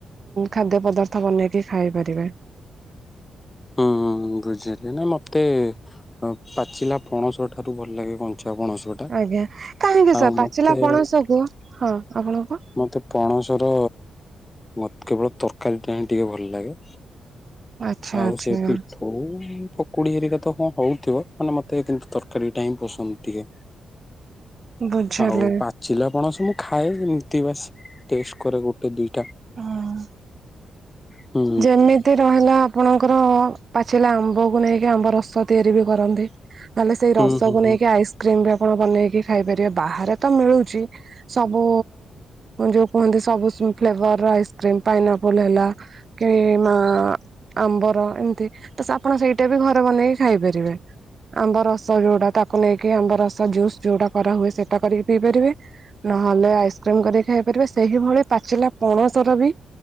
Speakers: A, on the right; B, on the left.
A: ଖାଦ୍ୟ ପଦାର୍ଥ ବନେଇକି ଖାଇ ପାରିବେ।
B: ହଁ ବୁଝିଲି ନା ମତେ ଅଁ ପାଚିଲା ପଣସ ଠାରୁ ଭଲ ଲାଗେ କଞ୍ଚା ପଣସ। ଟା
A: ଆଜ୍ଞା କାହିଁକି
B: ଆଉ
A: ସାର୍ ପାଚିଲା
B: ମତେ
A: ପଣସ କୁ ହଁ ଆପଣଙ୍କ
B: ମୋତେ ପଣସର ମତ କେବଳ ତରକାରୀଟା ହିଁ ଟିକେ ଭଲ ଲାଗେ।
A: ଆଚ୍ଛା
B: ଆଉ
A: ଆଚ୍ଛା
B: ସେ ପିଠ୍ ଉ ପକୁଡି ହେରିକା ତ କଣ ହଉଥିବ ମାନେ ମତେ କିନ୍ତୁ ତରକାରୀ ଟା ହିଁ ପସନ୍ଦ ଟିକେ।
A: <inaudible> ବୁଝିଲି
B: ଆଉ ପାଚିଲା ପଣସ ମୁଁ ଖାଏ ଏମିତି ବାସ୍ ଟେଷ୍ଟ କରେ ଗୋଟେ ଦୁଇ
A: ଅଁ।
B: ହୁଁ।
A: ଯେମିତି ରହିଲା ଆପଣଙ୍କର ପାଚିଲା ଆମ୍ବକୁ ନେଇକି ଆମ୍ବ ରସ ତିଆରି ବି କରନ୍ତି। ମାନେ ସେଇ
B: ହୁଁ
A: ରସକୁ
B: ହୁଁ ହୁଁ
A: ନେଇକି ଆଇସ୍କ୍ରିମ ବି ଆପଣ ବନେଇକି ଖାଇପାରିବେ ବାହାରେ ତ ମିଳୁଛି। ସବୁ ଯୋଉ କୁହନ୍ତି ସବୁ ଫ୍ଲେଭର ର ଆଇସ୍କ୍ରିମ ପାଇନାପୋଲ ହେଲା। କି ମା ଆମ୍ବର ଏମିତି ତ ଆପଣ ସେଇଟା ବି ଘରେ ବନେଇକି ଖାଇପାରିବେ। ଆମ୍ବ ରସ ଯୋଉଟା ତାକୁ ନେଇକି ଆମ୍ବ ରସ ଜୁସ୍ ଯୋଉଟା କରାହୁଏ ସେଟା କରିକି ପିଇ ପାରିବେ। ନହେଲେ ଆଇସ୍କ୍ରିମ କରିକି ଖାଇ ପାରିବେ ସେହିଭଳି ପାଚିଲା ପଣସର ବି